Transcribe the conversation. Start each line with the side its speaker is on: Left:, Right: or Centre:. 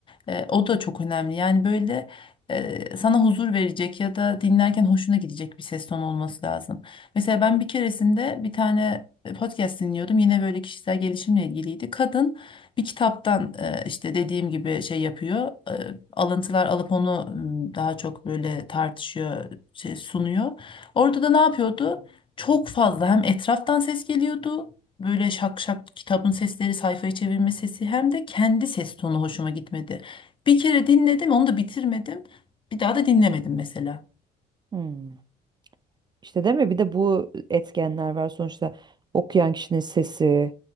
Left: E, o da çok önemli. Yani böyle e, sana huzur verecek ya da dinlerken hoşuna gidecek bir ses tonu olması lazım. Mesela ben bir keresinde bir tane podcast dinliyordum. Yine böyle kişisel gelişimle ilgiliydi. Kadın bir kitaptan e, işte dediğim gibi şey yapıyor. e, Alıntılar alıp onu m, daha çok böyle tartışıyor, şey sunuyor. Orada da ne yapıyordu? Çok fazla hem etraftan ses geliyordu. Böyle şak şak kitabın sesleri, sayfayı çevirme sesi hem de kendi ses tonu hoşuma gitmedi. Bir kere dinledim, onu da bitirmedim. Bir daha da dinlemedim mesela.
Right: Hmm. İşte değil mi? Bir de bu etkenler var sonuçta okuyan kişinin sesi,